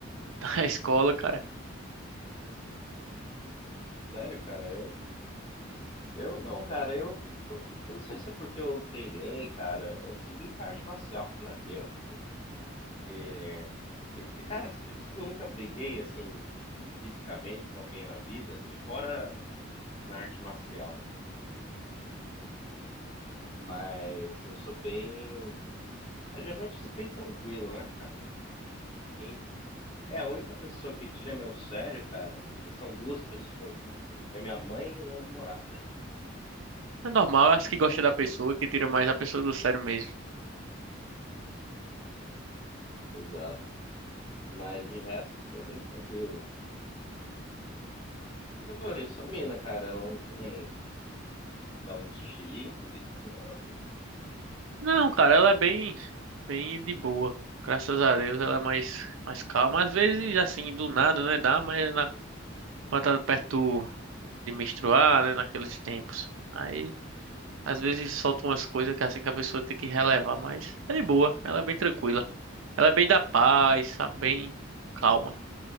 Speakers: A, on the right; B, on the left.
A: Da escola, cara.
B: Sério, cara. Eu, eu não, cara. Eu. Eu não sei se é porque eu treinei, cara. Eu fiz muita arte marcial quando era criança, né? E, cara, você acredita que eu nunca briguei, assim, fisicamente com alguém na vida, assim, fora na arte marcial, né? Mas eu sou bem. Eu geralmente sou bem tranquilo, né, cara? Quem é a única pessoa que tira meu sério, cara, são duas pessoas, mano. É minha mãe e minha namorada.
A: É normal, eu acho que gosta da pessoa, que tira mais a pessoa do sério mesmo.
B: <laughs> Exato. Mas de resto, eu sou bem tranquilo. Oi, só a mina, cara, ela não tem. dá uns chilique de vez em quando.
A: Não, cara, ela é bem, bem de boa. Graças a Deus ela é mais, mais calma. Às vezes, assim, do nada, né? Dá, mas é na, quando tá perto de menstruar, né? Naqueles tempos. Aí, às vezes solta umas coisas que é assim que a pessoa tem que relevar, mas é de boa, ela é bem tranquila. Ela é bem da paz, sabe? Bem calma.